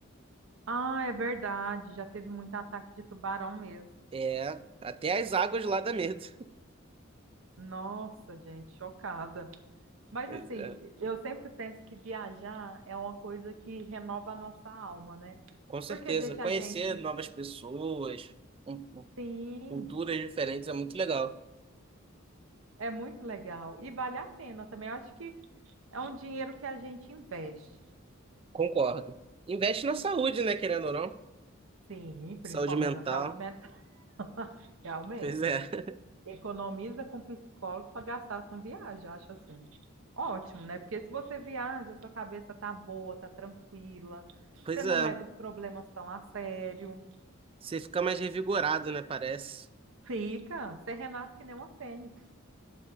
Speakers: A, on the right; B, on the right.
A: Ah, é verdade, já teve muito ataque de tubarão mesmo.
B: É, até as águas lá dá medo.
A: Nossa, gente, chocada. Mas
B: <laughs> Mas,
A: assim,
B: é,
A: eu sempre penso que viajar é uma coisa que renova a nossa alma, né?
B: com certeza.
A: Porque deixa
B: Conhecer
A: a gente,
B: novas pessoas, um- um-
A: sim,
B: culturas diferentes é muito legal.
A: é muito legal e vale a pena também. Eu acho que é um dinheiro que a gente investe.
B: Concordo. Investe na saúde, né, querendo ou não?
A: Sim,
B: Saúde
A: principalmente
B: mental.
A: na saúde mental. <laughs> Realmente.
B: Pois é. <laughs>
A: Economiza com psicólogo para gastar com viagem, eu acho assim. Ótimo, né? Porque se você viaja, sua cabeça tá boa, tá tranquila,
B: Pois
A: você não
B: é.
A: leva os problemas tão a sério.
B: Você fica mais revigorado, né? Parece.
A: Fica, você renasce que nem uma fênix.